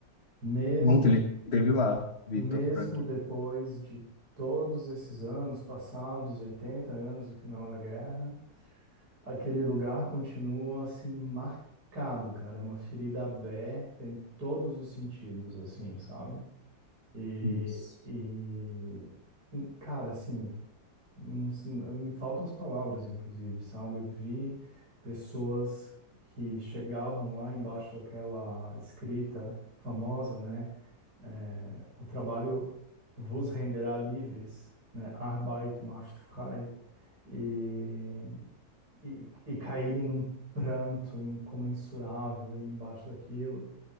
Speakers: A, on the right (about 60°); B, on the left (about 40°).
A: Mesmo,
B: Pronto, ele teve lá, Vitor
A: mesmo
B: Frankl.
A: depois de todos esses anos passados, 80 anos do final da guerra, aquele lugar continua, assim, marcado, cara, é uma ferida aberta em todos os sentidos, assim, sabe? E,
B: Isso.
A: e cara, assim, não se- me faltam as palavras, inclusive, sabe? Eu vi pessoas que chegavam lá embaixo daquela escrita famosa, né? É, o trabalho vos renderá livres, né? Arbeit macht frei. E, e, e caírem num pranto incomensurável ali embaixo daquilo